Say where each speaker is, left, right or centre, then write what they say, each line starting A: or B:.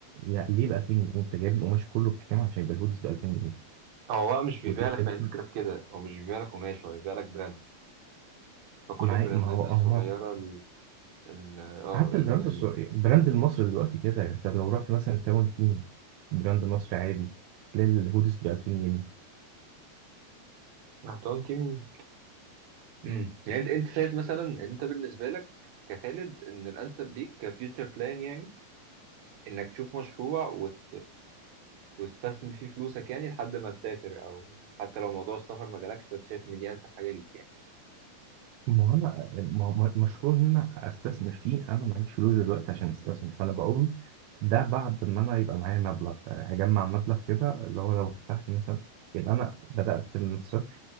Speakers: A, on the right (about 85°); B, on the right (about 60°).
A: يعني ليه ب 2000 جنيه أنت جايب القماش كله بكام عشان يبقى الهودز ب 2000 جنيه
B: هو بقى مش بيبيع
A: وتلاقي
B: لك
A: مثلا
B: ما هي الفكرة في كده هو مش بيبيع لك قماش هو بيبيع لك براند فكل
A: معايا
B: البراندات
A: ما هو
B: الصغيرة
A: هم
B: ال ال- اه
A: حتى
B: ال-
A: البراند
B: ال-
A: السعودي البراند المصري دلوقتي كده انت لو رحت مثلا تاون تيم براند مصري عادي تلاقي الهودز ب 2000 جنيه
B: محتوى تيم امم يعني انت انت شايف مثلا انت بالنسبه لك كخالد ان الانسب ليك كفيوتشر بلان يعني انك تشوف مشروع وت... وتستثمر فيه فلوسك يعني لحد ما تسافر او حتى لو موضوع السفر ما جالكش فانت شايف ان دي انسب حاجه ليك
A: ما هو انا ما هو مشروع ان انا استثمر فيه انا معيش فلوس دلوقتي عشان استثمر فانا بقول ده بعد ما انا يبقى معايا مبلغ اجمع مبلغ كده اللي هو لو فتحت مثلا يبقى انا بدأت من الصفر